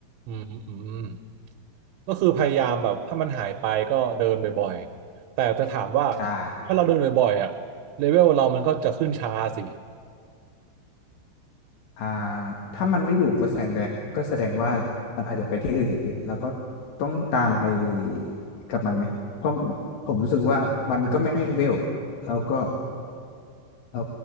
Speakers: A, on the right; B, on the left.
A: อืมอืมก็คือพยายามแบบถ้ามันหายไปก็เดินบ่อยๆ แต่จะถามว่า
B: ใช่
A: ถ้าเราเดินบ่อยๆอะเลเวลเรามันก็จะขึ้นช้าสิ
B: อ่าถ้ามันไม่อยู่ก็แสดงก็แสดงว่ามันอาจจะไปที่อื่นอีกพี่แล้วก็ต้องตามไปกับมันไหมเพราะผมรู้สึกว่ามันก็ไม่ได้เวลเราก็เรา